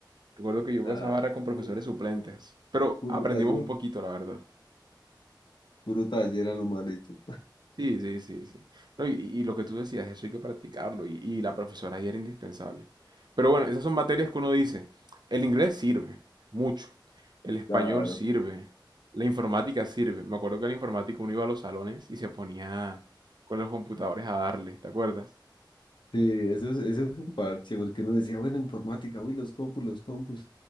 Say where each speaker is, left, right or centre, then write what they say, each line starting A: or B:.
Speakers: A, on the right; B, on the left.
A: Recuerdo que yo
B: Claro,
A: pasaba barra con profesores
B: pu-
A: suplentes, pero
B: puro
A: aprendimos
B: taller,
A: un poquito, la verdad.
B: puro taller a lo mal hecho.
A: Sí, sí, sí, sí. No, y, y lo que tú decías, eso hay que practicarlo y, y la profesora ahí era indispensable. Pero bueno, esas son materias que uno dice, el inglés sirve mucho, el español
B: Claro.
A: sirve, la informática sirve. Me acuerdo que en la informática uno iba a los salones y se ponía con los computadores a darle, ¿te acuerdas?
B: Sí, eso es, eso es un parche, porque uno decía, bueno, informática, uy, los compus, los compus.